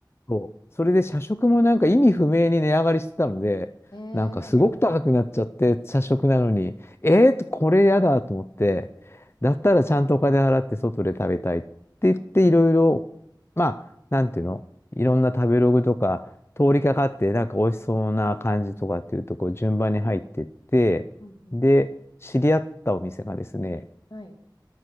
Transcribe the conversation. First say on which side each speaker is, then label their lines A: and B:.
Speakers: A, on the left; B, on the left.
A: そう。それで社食もなんか意味不明に値上がりしてたので、
B: ええ
A: なんかすごく高くなっちゃって、社食なのに、えー、これやだと思って、だったらちゃんとお金払って外で食べたいって言って、いろいろ、まあ、なんていうの、いろんな食べログとか、通りかかって、なんか美味しそうな感じとかっていうと、こう順番に入ってって、
B: うんうん。
A: で、知り合ったお店がですね、
B: はい。